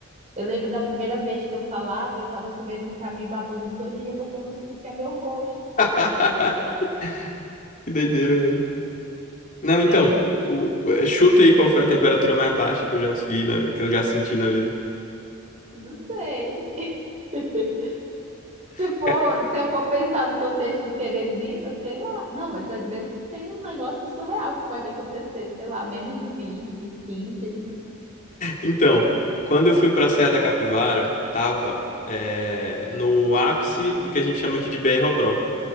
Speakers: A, on the right (about 35°); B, on the left (about 40°).
A: Eu lembro da primeira vez que eu falava, eu tava com medo de estar me babando todinha porque eu não sentia meu rosto.
B: <laughs> Que doideira, velho. Não, então,
A: É,
B: o- é, chuta aí qual foi a temperatura mais baixa que eu já vi, na- que eu já senti na vida.
A: não sei. <laughs> Se
B: <laughs>
A: for, se eu for pensar no contexto de Teresina, sei lá. Não, mas às vezes tem um negócio surreal que pode acontecer, sei lá, menos de vinte, quinze.
B: Então, quando eu fui pra Serra da Capivara, tava é, no ápice do que a gente chama aqui de BR-Obró,